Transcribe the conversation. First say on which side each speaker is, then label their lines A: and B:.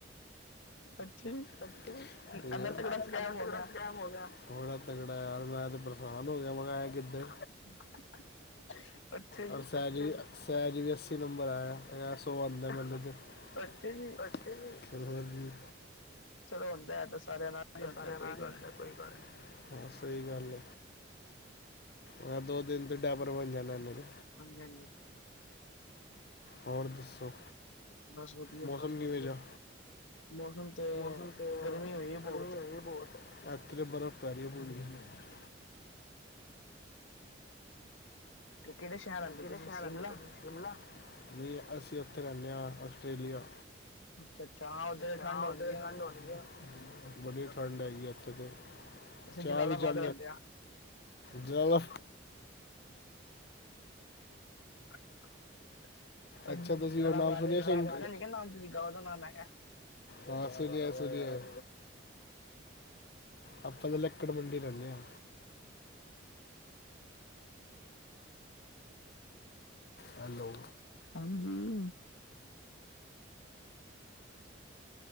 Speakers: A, on the left; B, on the left.
A: ਅੱਛਾ
B: ਅੱਛਾ ਬੜਾ
A: ਇੰਨਾ ਤਗੜਾ ਸਕੈਮ ਹੋ
B: ਤਗੜਾ
A: ਗਿਆ
B: ਸਕੈਮ ਹੋ ਗਿਆ, ਬੜਾ ਤਗੜਾ ਯਾਰ ਮੈਂ ਤੇ ਪਰੇਸ਼ਾਨ ਕਿਸਾਨ ਹੋ ਗਿਆ ਮਗਾਇਆ ਕਿੱਧਰ
A: <inaudible>
B: ਰ
A: ਜੀ
B: ਸਹਿ ਸਹਿਜ ਵੀ ਅੱਸੀ ਨੰਬਰ ਆਇਆ ਸੌ ਆਉਂਦਾ ਮੈਨ ਤੇ
A: ਅੱਛਾ ਜੀ
B: ਖਿਲਵਾ ਜੀ
A: ਚਲੋ ਹੁੰਦਾ ਹੈ ਤਾਂ ਸਾਰਿਆਂ ਨਾਲ ਹੀ ਹੁੰਦਾ
B: ਸਾਰਿਆਂ
A: ਕੋਈ
B: ਨਾਲ
A: ਗੱਲ ਨੀ
B: ਕੋਈ ਗੱਲ ਨਹੀ ਸਹੀ ਗੱਲ ਹਾਂ ਦੋ ਦਿਨ ਤੋਂ ਡਾਬਰ ਬਣ ਜਾਣੇ ਤੇ
A: ਹਾਂਜੀ- ਹਾਂਜੀ।
B: ਹੋਰ ਦੱਸੋ,
A: ਬਸ ਵਧੀਆ
B: ਮੌਸਮ
A: ਜੀ
B: ਨਵੇਜਾ
A: ਮੌਸਮ ਤੇ
B: ਮੌਸਮ
A: ਗਰਮੀ ਹੋਈ
B: ਗਰਮੀ
A: ਬਹੁਤ
B: ਬਹੁਤ ਹੋਈ ਐਕਚੁਲੀ ਬਰਫ਼ ੁਰੀ ਬੋਲਦੀਆਂਆਂ <unintelligible>
A: ਕਿਹੜੇ ਸ਼ਹਿਰ ਆਂਦੇ
B: ਕਿਹੜੇ
A: ਤੁਸੀਂ
B: ਸ਼ਹਿਰ
A: ਸ਼ਿਮਲਾ
B: ਆਉਦੇ ਪਏ ਹੋ ਸਿਮਲਾ ਨਹੀ ਅਸੀਂ ਉੱਥੇ ਰਹਿੰਦੇ ਹਾਂ ਆਸਟ੍ਰੇਲੀਆ
A: ਅੱਛਾ ਅੱਛਾ ਹਾਂ ਉੱਧਰ
B: ਹ
A: ਠੰਡ ਹੋਣੀ
B: ਓਧਰ
A: ਆ
B: ਠੰਡ ਹੋਣੀ ਠੰਡ ਹੈਗੀ ਇਥੇ ਤੇ
A: ਅਸੀਂ
B: ਚਾਹ
A: ਜਲਾਲਾਬਾਦ
B: ਵੀ ਚ
A: ਰਹਿੰਦੇ ਹਾਂ
B: ਜ਼ਿਆਦਾ
A: <inaudible>
B: ਅੱਛਾ ਤੁਸੀਂ
A: ਜਲਾਲਾਬਾਦ
B: ਉਹ ਨਾਮ ਸੁਣਿਆ
A: ਸ਼ਹਿਰ
B: ਸੁ
A: ਨੀ ਨਾਮ ਤੁਸੀਂ ਉਹਦਾ ਨਾਮ ਹੈਗਾ
B: ਹਾਂ ਸਰੀਆ ਸਰੀਆ ਆਪਾਂ ਤਾਂ ਲਕੜ ਮੰਡੀ ਰਹਿੰਦੇ ਹਾਂ ਹੈਲੋ
A: ਹਾਂਜੀ